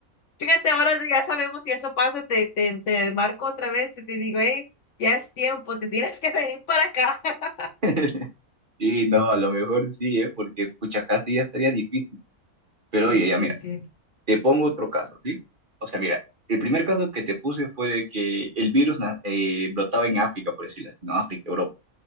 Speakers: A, on the left; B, on the right.
A: fíjate, ahora ya sabemos si eso pasa, te, te, te marco otra vez y te digo, hey, ya es tiempo, te tienes que <laughs> venir para acá. <laughs>
B: <laughs> Sí, no, a lo mejor sí, ¿eh? Porque pucha, casi ya estaría difícil. Pero
A: Sí,
B: oye, ya
A: sí,
B: mira,
A: sí.
B: te pongo otro caso, ¿sí? O sea, mira, el primer caso que te puse fue de que el virus na- eh, brotaba en África, por decirlo así, ¿no? África, Europa.